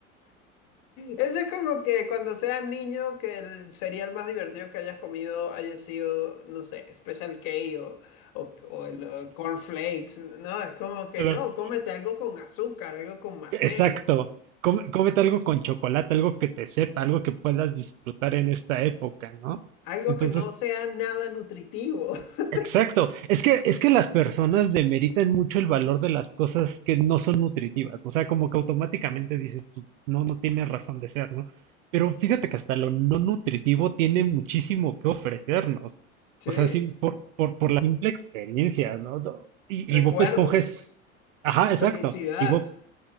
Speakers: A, on the left; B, on the right.
A: Eso es como que cuando seas niño, que el cereal más divertido que hayas comido haya sido, no sé, Special K o, o, o el eh, cornflakes. No, es como que
B: <laughs>
A: no, cómete algo con azúcar, algo con masmelos,
B: Exacto. Come- cómete algo con chocolate, algo que te sepa, algo que puedas disfrutar en esta época, ¿no?
A: algo
B: Entonces,
A: que no sea nada nutritivo. <laughs>
B: exacto. Es que, es que las personas demeritan mucho el valor de las cosas que no son nutritivas. O sea, como que automáticamente dices, pues no, no tiene razón de ser, ¿no? Pero fíjate que hasta lo no nutritivo tiene muchísimo que ofrecernos.
A: Sí,
B: O sea, sí, por, por, por la simple experiencia, ¿no? Do- Y,
A: recuerdos,
B: y Bob Esponja es, ajá, exacto.
A: felicidad,
B: Y Bob